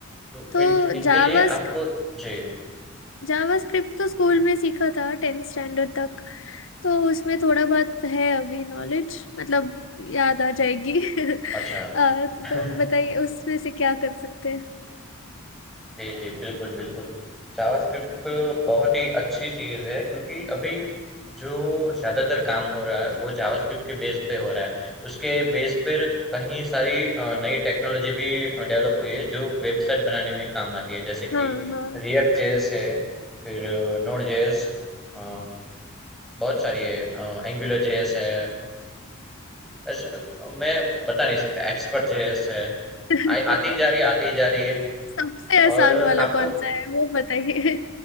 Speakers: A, in the centre; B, on the left.
A: तो
B: तो
A: इन इनके
B: जावा
A: लिए आपको जी,
B: जावास्क्रिप्ट तो स्कूल
A: जी।
B: में सीखा था टेंथ स्टैंडर्ड तक तो उसमें थोड़ा बहुत है अभी नॉलेज मतलब याद आ जाएगी <laughs>
A: अच्छा।
B: आ, तो
A: <laughs>
B: बताइए उसमें से क्या कर सकते हैं
A: जी, जी, बिल्कुल, बिल्कुल। जावास्क्रिप्ट बहुत ही अच्छी चीज़ है क्योंकि अभी जो ज़्यादातर काम हो रहा है वो जावास्क्रिप्ट के बेस पे हो रहा है। उसके बेस पर कहीं सारी अ, नई टेक्नोलॉजी भी अ, डेवलप हुई है जो वेबसाइट बनाने में काम आती है। जैसे कि
B: हाँ हाँ
A: रिएक्ट जेएस है, फिर नोड जेएस अ, बहुत सारी है अ, एंगुलर जेएस है। ऐसे तो अ, मैं बता नहीं सकता एक्सपर्ट जेएस है।
B: <laughs>
A: आई आती जा रही है, आती जा रही है।
B: सबसे आसान
A: और
B: वाला
A: आपको
B: कौन सा है वो बताइए